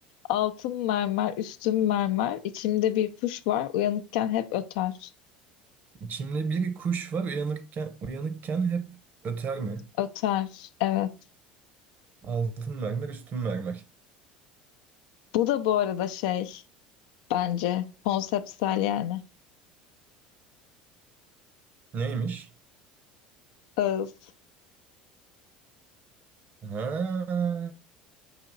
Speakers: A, on the left; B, on the right.
A: Altın mermer, üstün mermer, içimde bir kuş var, uyanıkken hep öter.
B: İçimde bir kuş var uyanırken uyanıkken hep öter mi?
A: Öter, evet.
B: Altın mermer üstün mermer.
A: Bu da bu arada şey, bence konseptsel yani.
B: Neymiş?
A: Ağız.
B: Ha.